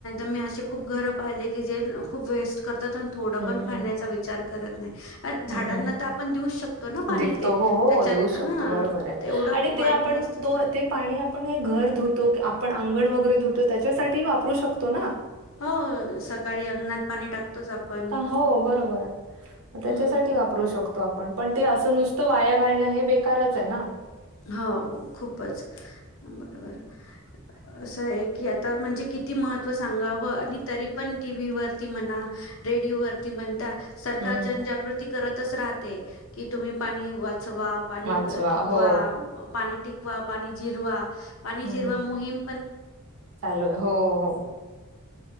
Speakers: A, on the left; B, on the right.
A: मी अशी खूप घर पाहिलेली आहे की त्या घरांमध्ये खूपच चांगले काम करत असतात. खूप वेस्ट कर... थोडी
B: हम्म
A: पाण्याची काळजी घ्यायला पाहिजे कारण हे पाणी आपण झाडांना
B: हम्म.
A: सुद्धा देऊ शकतो.
B: दिखतो हो, हो
A: त्याच्यात
B: देऊ शकतो
A: हा
B: बरोबर आहे
A: तेवढं
B: आणि
A: वाईट
B: ते आपण
A: नसतच
B: तो ते हो बरोबर आहे ते आपण ते करू शकतो.. पाणी आपण हे घर धुण्यासाठी किंवा अंगणात सडा शिंपण्यासाठी वापरू शकतो. हो
A: हो सकाळी अंगणात पाणी टाकतोच आपण
B: ते बरोबर आहे. पाण्याचा
A: हम्म
B: वापर आपण व्यवस्थित केला पाहिजे नाहीतर पाणी वाया जान हे चुकीच आहे.
A: हो मी बरोबर आहे.
B: ह...
A: ते किती महत्वाचं आहे हे आपण जाऊ शकतो किंवा टीव्ही वरती सुद्धा बघू शकतो. रेडिओवरती म्हणता सरकार
B: हं.
A: जनजागृती करतच राहते त्याच्यामुळे पाण्याचा वापर
B: वाचवा.
A: व्यवस्थित
B: हो.
A: करा. पाणी आडवा पाणी जिरवा पाणी आडवा पाणी
B: हं.
A: जिरवा ही मोहीम
B: चालू आहे. हो, हो.